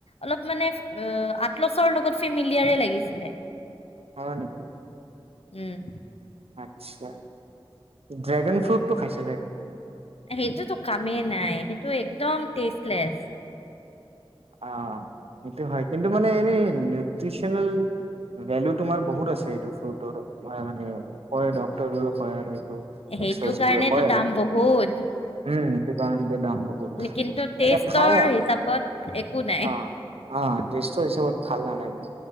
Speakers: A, on the left; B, on the right.
A: অলপ মানে আটলছৰ লগত চিমিলিয়াৰ এ লাগিছিলে।
B: হয় নেকি
A: উম
B: আচ্ছা ড্ৰেগন ফ্ৰুটটো খাইছ
A: সেইটোতো কামেই নাই সেইটো একদম টেষ্টলেছ
B: অ এইটো হয় কিন্তু মানে এনে নিউট্ৰিচনেল ভেলু তোমাৰ বহুত আছে এইটো ফ্ৰুটৰ মানে কয় ডক্তৰ বোৰো কয় আৰু
A: সেইটো
B: এক্সপ <unintelligible>
A: কাৰণেতো
B: বোৰে কয় আৰু
A: দাম বহুত
B: উম সেইটো কাৰণতে দাম বহুত
A: কিন্তু
B: এনে
A: টেষ্টৰ
B: খাই
A: হিচাপত একো নাই
B: অ অ টেষ্টৰ হিচাপত ভাল নালাগে